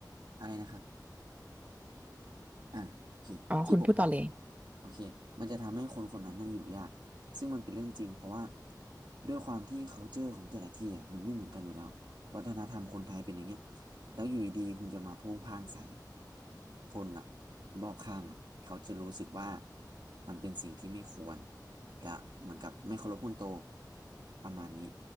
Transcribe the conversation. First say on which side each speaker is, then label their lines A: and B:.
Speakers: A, on the right; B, on the right.
A: อะไรนะครับ อ่ะโอเคที่ผมบอก
B: อ๋อคุณพูดต่อเลย
A: โอเคมันจะทำให้คนคนนั้นน่ะอยู่ยากซึ่งมันเป็นเรื่องจริงเพราะว่าด้วยความที่ culture ของแต่ละที่อ่ะมันไม่เหมือนกันอยู่แล้ววัฒนธรรมคนไทยเป็นอย่างเงี้ยแล้วอยู่ดีๆคุณจะมาโพ่งพ่างใส่คนอ่ะรอบข้างอ่ะเขาจะรู้สึกว่ามันเป็นสิ่งที่ไม่ควรและเหมือนกับไม่เคารพคนโตประมาณนี้